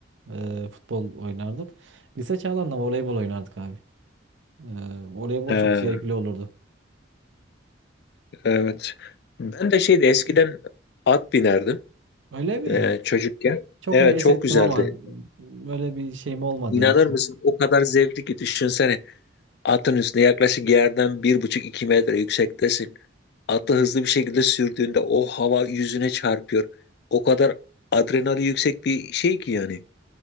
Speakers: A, on the right; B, on the left.
A: Ee, futbol oynardık. Lise çağlarında voleybol oynardık abi. Ee, voleybol
B: Ha,
A: çok zevkli olurdu.
B: evet. Ben de şeydi eskiden at binerdim
A: Öyle mi?
B: ee, çocukken.
A: Çok
B: Evet,
A: heves
B: çok
A: ettim
B: güzeldi.
A: ama böyle bir şeyim olmadı
B: İnanır
A: ya. aktif-
B: mısın? O kadar zevkli ki düşünsene. Atın üstünde yaklaşık yerden bir buçuk iki metre yüksektesin. Atı hızlı bir şekilde sürdüğünde o hava yüzüne çarpıyor. O kadar adrenali yüksek bir şey ki yani.